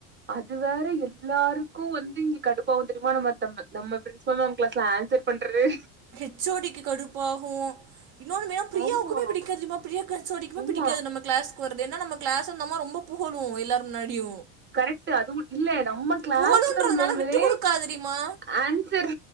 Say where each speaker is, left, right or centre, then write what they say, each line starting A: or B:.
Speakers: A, on the right (about 25°); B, on the right (about 55°).
A: அது வேற எல்லாருக்கு வந்து இங்க கடுப்பாவுந் தெரிமா நம்மத்தம்ப நம்ம பிரின்சபல் மேம் கிளாஸ்ல ஆன்சர் பண்றதே
B: ஹெச் ஓ டிக்கு கடுப்பாகு இன்னோனு வேணா பிரியாவுக்குமே
A: ஆமா
B: பிடிக்காது தெர்மா பிரியாக்கு ஹெச் ஓ டிக்குமே
A: ஆமா
B: பிடிக்காது நம்ம க்ளாஸ் வர்றது ஏன்னா நம்ம கிளாஸ அந்த அம்மா ரொம்ப புகழு எல்லார் முன்னாடியு
A: கரக்ட்டு அதுவு இல்ல நம்ம கிளாஸ்ல
B: புகழுன்றதுனால
A: உள்ளவுகளே
B: விட்டு குடுக்காது தெரியுமா
A: ஆன் சர்